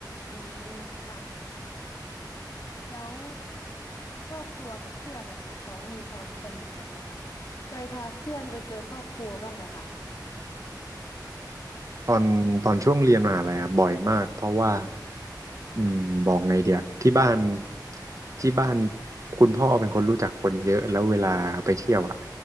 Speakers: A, on the left (about 50°); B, on the right (about 45°).
A: อืมค่ะแล้วครอบครัวกับเพื่อนนะคะเขามีความสนิทกันไหมคะเคยพาเพื่อนไปเจอครอบครัวบ้างไหมคะ
B: ตอนตอนช่วงเรียนมหาลัยอะบ่อยมากเพราะว่าอืมบอกไงเดียที่บ้านที่บ้านคุณพ่อเป็นคนรู้จักคนเยอะแล้วเวลาไปเที่ยวอ่ะ